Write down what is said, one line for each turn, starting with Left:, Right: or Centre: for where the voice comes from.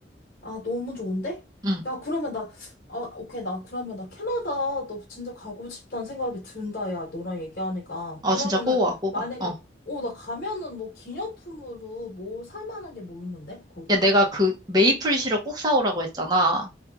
Left: 아, 너무 좋은데?
Right: 응.
Left: 야, 그러면 나, 아, 오케이. 나, 그러면 나 캐나다 너 진짜 가고 싶다는 생각이 든다. 야, 너랑 얘기하니까.
Right: 아,
Left: 그러면은,
Right: 진짜 꼭 와, 꼭
Left: 만약에,
Right: 와. 어.
Left: 어, 나 가면은 뭐 기념품으로 뭐 살 만한 게 뭐 있는데? 거기가?
Right: 야, 내가 그 메이플 시럽 꼭 사오라고 했잖아.